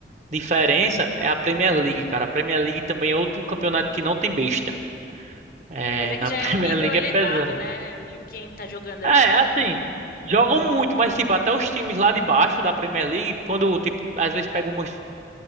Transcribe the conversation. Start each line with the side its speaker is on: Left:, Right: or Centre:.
Right: diferença é a Premier League, cara. A Premier League também é outro campeonato que não tem besta. É,
Left: Mas é
Right: na
Left: que já
Right: <laughs> Premier
Left: é um nível
Right: League
Left: elevado,
Right: é pesada.
Left: né? É O ni- Quem tá jogando ali
Right: É,
Left: já.
Right: assim, jogam muito, mas tipo, até os times lá de baixo da Premier League, quando tipo, às vezes pega o Manchester